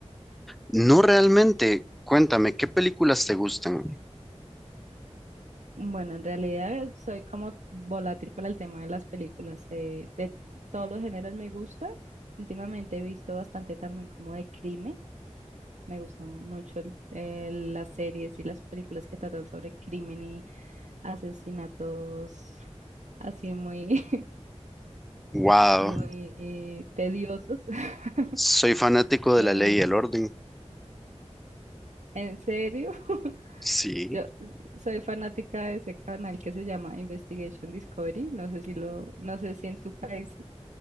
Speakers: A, in the centre; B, on the right.
A: No realmente. Cuéntame, ¿qué películas te gustan?
B: Bueno, en realidad soy como volátil para el tema de las películas. eh, de todos los géneros me gusta. Últimamente he visto bastante también como de crimen. Me gustan mucho el- eh, las series y las películas que tratan sobre crimen y asesinatos así muy,
A: Wow,
B: <laughs> muy eh, tediosos. <laughs>
A: soy fanático de
B: Em,
A: La Ley y el Orden.
B: ¿En serio? <laughs>
A: Sí.
B: Yo soy fanática de ese canal que se llama Investigation Discovery. No sé si lo, no sé si en tu país